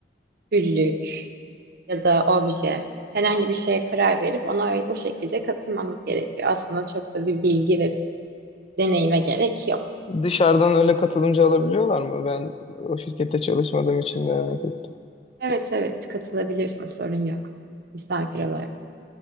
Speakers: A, on the right (about 60°); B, on the left (about 35°).
A: güllük ya da obje. Herhangi bir şeye karar verip ona ö- o şekilde katılmamız gerekiyor. Aslında çok da bir bilgi ve deneyime gerek yok.
B: Dışarıdan öyle katılımcı alabiliyorlar mı? Ben o şirkette çalışmadığım için merak ettim.
A: Evet evet katılabilirsin sorun yok. Misafir olarak.